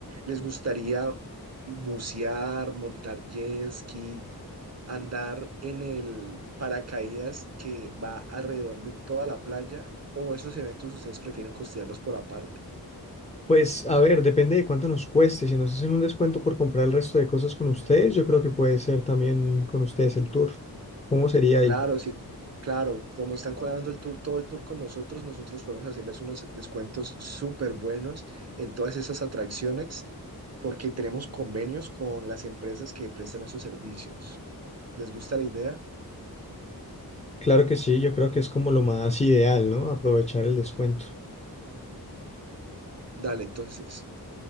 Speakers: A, on the right; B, on the left.
A: ¿Les gustaría bucear, montar jet ski, andar en el paracaídas que va alrededor de toda la playa? ¿O esos eventos ustedes prefieren costearlos por aparte?
B: Pues a ver, depende de cuánto nos cueste. Si nos hacen un descuento por comprar el resto de cosas con ustedes, yo creo que puede ser también con ustedes el tour. ¿Cómo sería ahí?
A: Claro, sí, claro, como están cuadrando el tour, todo el tour con nosotros, nosotros podemos hacerles unos descuentos súper buenos en todas esas atracciones porque tenemos convenios con las empresas que prestan esos servicios. ¿Les gusta la idea?
B: Claro que sí, yo creo que es como lo más ideal, ¿no? Aprovechar el descuento.
A: Dale, entonces.